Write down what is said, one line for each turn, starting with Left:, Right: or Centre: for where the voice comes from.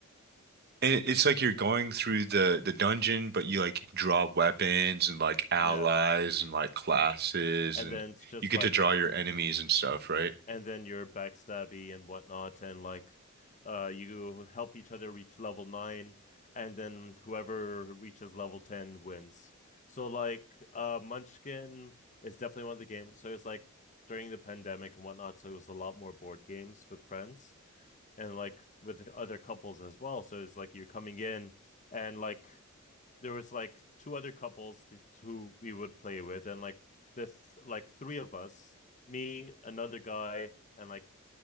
Right: And it- it's like you're going through the the dungeon, but you like draw weapons and like allies
Left: Yeah,
Right: and like classes
Left: and
Right: and
Left: then it's just
Right: you get
Left: like
Right: to draw your enemies and stuff, right?
Left: and then you're backstabby and whatnot, and like uh, you help each other reach level nine, and then whoever reaches level ten wins. So like uh, Munchkin is definitely one of the games. So it's like during the pandemic and whatnot, so it was a lot more board games with friends and like with other couples as well. So it's like you're coming in and like there was like two other couples who we would play with, and like this, like three of us, me, another guy, and like